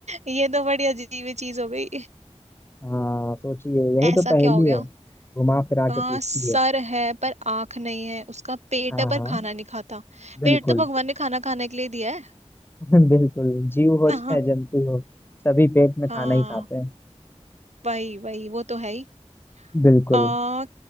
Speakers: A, on the right; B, on the left.
A: ये तो बड़ी अजीब ही चीज हो गई
B: हाँ सोचिए यही
A: ऐसा
B: तो पहेली
A: क्या हो गया
B: है घुमा फिरा
A: हाँ
B: के पूछती
A: सर
B: है
A: है पर आंख नहीं है उसका पेट
B: हाँ
A: है पर
B: हाँ
A: खाना नहीं खाता
B: बिल्कुल
A: पेट तो भगवान ने खाना खाने के लिए दिया है
B: <laughs> बिल्कुल जीव हो
A: हाँ
B: चाहे जंतु हो सभी पेट में
A: हाँ
B: खाना ही खाते हैं
A: वही वही वो तो है ही
B: बिल्कुल
A: आ,